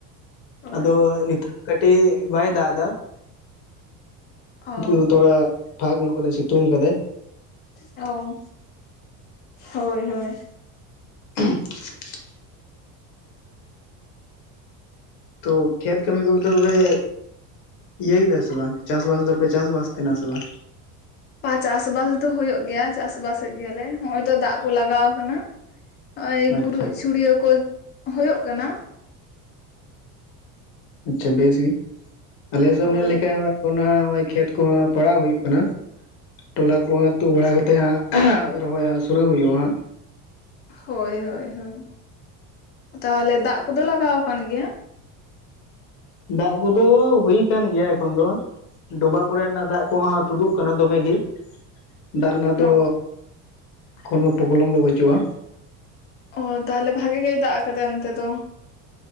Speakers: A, on the left; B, on the left.
A: ᱦᱳᱭ
B: ᱟᱫᱚ ᱱᱤᱛᱟᱹᱜ ᱫᱚ ᱠᱟᱹᱴᱤᱡ ᱵᱟᱭ ᱫᱟᱜ ᱫᱟ,
A: ᱚ
B: ᱱᱤᱛᱳᱜ ᱫᱚ ᱛᱷᱚᱲᱟ ᱯᱷᱟᱠ ᱧᱚᱜ ᱠᱟᱫᱟᱭ ᱥᱤᱛᱩᱝ ᱠᱟᱫᱟᱭ᱾
A: ᱚ ᱦᱳᱭ ᱦᱳᱭ
B: <inaudible> ᱛᱚ ᱠᱷᱮᱛ ᱠᱟᱹᱢᱤ ᱠᱚ ᱫᱚ ᱯᱮ ᱤᱭᱟᱹ ᱫᱟ ᱥᱮ ᱵᱟᱝ ᱪᱟᱥᱵᱟᱥ ᱫᱚ ᱯᱮ ᱪᱟᱥᱵᱟᱥ ᱛᱟᱦᱮᱱᱟ ᱥᱮ ᱵᱟᱝ?
A: ᱯᱟ ᱪᱟᱥᱵᱟᱥ ᱫᱚ ᱦᱳᱭᱳᱜ ᱜᱮᱭᱟ ᱪᱟᱥᱵᱟᱥᱮᱫ ᱜᱮᱭᱟᱞᱮ ᱦᱚᱜ-ᱚᱭ ᱛᱚ ᱫᱟᱜ ᱠᱚ ᱞᱟᱜᱟᱣ ᱠᱟᱱᱟ, ᱱᱚᱜ-ᱚᱭ
B: ᱟᱪᱪᱷᱟ
A: ᱜᱩᱨᱤᱡ ᱪᱷᱩᱲᱭᱟᱹᱣ ᱠᱚ ᱦᱳᱭᱳᱜ ᱠᱟᱱᱟ᱾
B: ᱟᱪᱪᱷᱟ ᱵᱮᱥᱜᱮ ᱟᱞᱮ ᱥᱮ
A: ᱦᱳᱭ
B: ᱮᱢ ᱱᱮᱞ ᱞᱮᱠᱷᱟᱱ ᱱᱚᱜ-ᱚᱭ ᱠᱷᱮᱛ ᱠᱚᱦᱚᱸ ᱯᱟᱲᱟᱦ ᱦᱩᱭᱩᱜ ᱠᱟᱱᱟ᱾ ᱛᱚᱞᱟ ᱠᱚ ᱦᱟᱸᱜ ᱛᱩᱜ ᱵᱟᱲᱟ ᱠᱟᱛᱮ ᱦᱟᱸᱜ ᱨᱚᱦᱚᱭ ᱦᱟᱸᱜ ᱥᱩᱨᱩ ᱦᱩᱭᱩᱜ-ᱟ ᱦᱟᱸᱜ᱾
A: ᱦᱳᱭ ᱦᱳᱭ ᱦᱳᱭ ᱛᱟᱦᱚᱞᱮ ᱫᱟᱜ ᱠᱚ ᱫᱚ ᱞᱟᱜᱟᱣ ᱟᱠᱟᱱ ᱜᱮᱭᱟ?
B: ᱫᱟᱜ ᱠᱚᱫᱚ ᱦᱩᱭ ᱠᱟᱱ ᱜᱮᱭᱟ ᱮᱠᱷᱚᱱ ᱫᱚ ᱦᱟᱸᱜ, ᱰᱚᱵᱟᱜ ᱠᱚᱨᱮ ᱱᱟᱜ ᱫᱟᱜ ᱠᱚᱦᱚᱸ ᱛᱩᱫᱩᱜ ᱠᱟᱱᱟ ᱫᱚᱢᱮ ᱜᱮ, ᱫᱟᱜ ᱨᱮᱱᱟᱜ ᱫᱚ
A: ᱚ
B: ᱠᱳᱱᱳ ᱯᱨᱚᱵᱞᱮᱢ ᱫᱚ ᱵᱟᱹᱪᱩᱜ-ᱟ,
A: ᱚᱜ ᱛᱟᱦᱚᱞᱮ ᱵᱷᱟᱜᱮ ᱜᱮᱭ ᱫᱟᱜ ᱟᱠᱟᱫᱟᱭ ᱚᱱᱛᱮ ᱫᱚ,